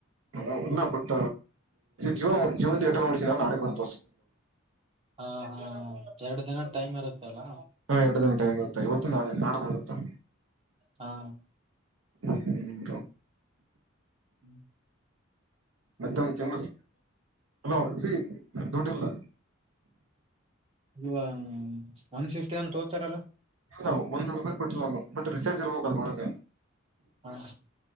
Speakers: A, on the right; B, on the right.
A: ಹ ಅಲ್ಲ ಬಟ್ ಜನ್ ಜವನ್ ನ ನಾ ಬ್
B: ಹಾ ಹಾ ಎರಡ್ ದಿನ ಟೈಮ್ ಇರುತ್ತೆ. ಅಲ್ಲ
A: ಹಾ ಎರಡು ದಿನ ಟೈಮ್ ಇರುತ್ತಾ ಇವತ್ತು ನಾಡಿದ ನಾಳೆತ್ತಾ.
B: ಹಾ
A: ಹ್ಮ್
B: ಹ್ಮ್
A: ಮತ್ತೆಂದುಲೋ ಹಲೋ ಶ್ರೀ ದುಡ್ಡಿಲ್ಲ.
B: ಇ ಒನ್ ಫಿಫ್ಟಿ ಅಂತ ಓದ್ತಾರಲ್ಲ.
A: ಇಲ್ಲ ಒಂದ ರೂಪಾಯಿ ಕೊಟ್ಟಿಲ್ಲ ನಾವು ಬಟ್ ರೀಚಾರ್ಜ್ ಇರ್ಬೇಕ ಅದರ ಒಳಗ.
B: ಹಾ.